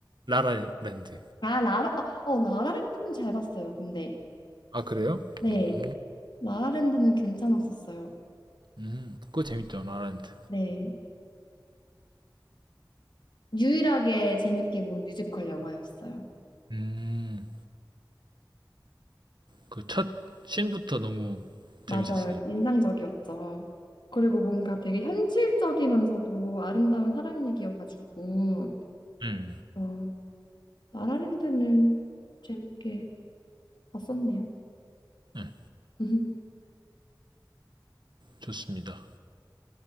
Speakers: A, on the right; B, on the left.
A: 라라랜드.
B: 아 라라 아, 어 라라랜드는 잘 봤어요. 근데
A: 아, 그래요?
B: 네
A: 오.
B: 라라랜드는 괜찮았었어요.
A: 음, 그거 재밌죠, 라라랜드.
B: 네 유일하게 재밌게 본 뮤지컬 영화였어요.
A: 음, 그 첫 씬부터 너무
B: 맞아요.
A: 재밌었어요.
B: 인상적이었죠. 그리고 뭔가 되게 현실적이면서도 아름다운 사랑 얘기여가지고,
A: 음,
B: 어, 라라랜드는 재밌게 봤었네요.
A: 네,
B: <laughs>
A: 좋습니다.